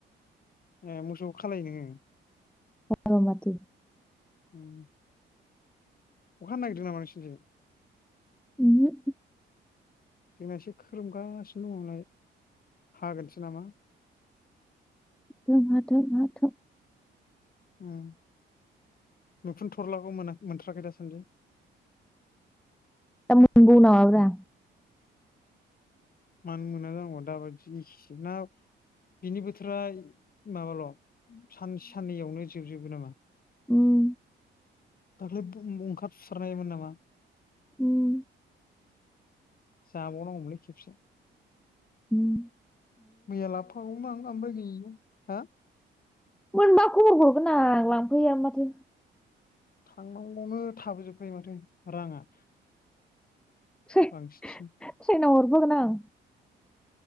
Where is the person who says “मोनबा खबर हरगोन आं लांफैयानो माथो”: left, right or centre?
Centre